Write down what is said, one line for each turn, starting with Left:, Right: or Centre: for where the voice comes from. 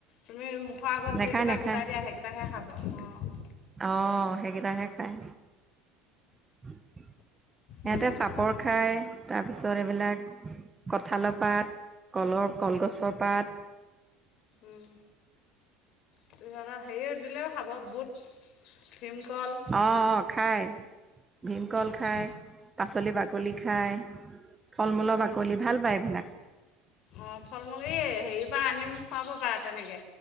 Left: তুমি মুখৰ আগত
Right: নেখায়
Left: যিকেইটা
Right: নেখায়
Left: গোটাই দিয়া সেইকেইটাহে খাব অ'।
Right: অ', সেইকেইটাহে খাই। সিহঁতে
Left: বেলেগ
Right: চাপৰ
Left: নাখাব
Right: খায়। তাৰপিছত এইবিলাক কঁঠালৰ পাত কলৰ কলগছৰ পাত।
Left: উম, তেতিয়াহ'লে হেৰিও দিলেও খাব বুট। ভীমকল
Right: অ', অ', খায় ভীমকল
Left: অঁ
Right: খায়। পাচলি বাকলি খায়, ফল মূলৰ বাকলি ভাল পায় এইবিলাক।
Left: অ', ফল মূল এই হেৰি পৰা আনি খুৱাব পাৰা তেনেকে